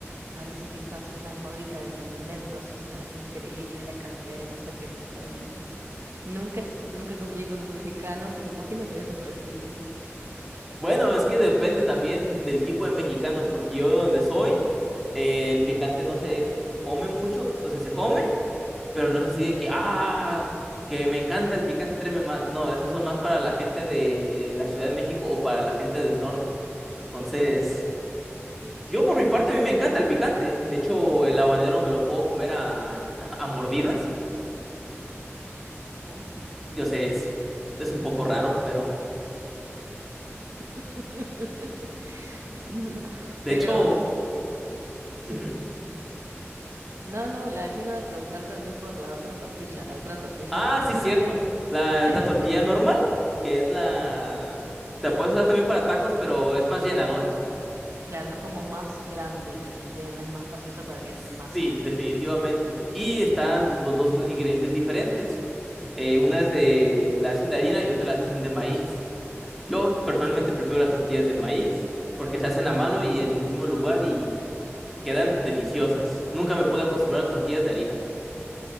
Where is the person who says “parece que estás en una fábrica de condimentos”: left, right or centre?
Right